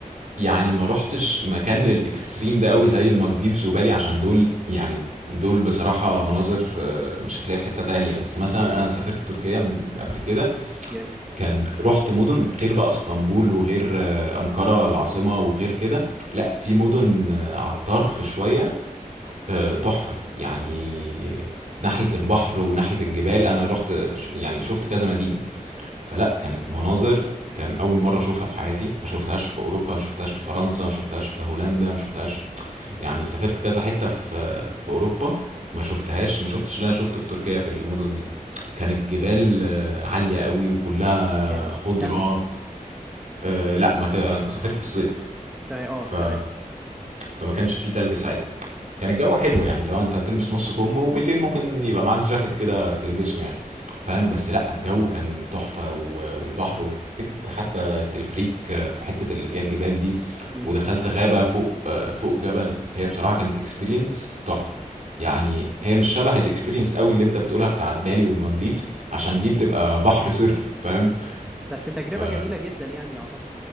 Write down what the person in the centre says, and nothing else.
جامد
مم.
جامد
تلج
اه
تمام اه
تمام
مم.
بس تجربة
جميلة جدا يعني اعتقد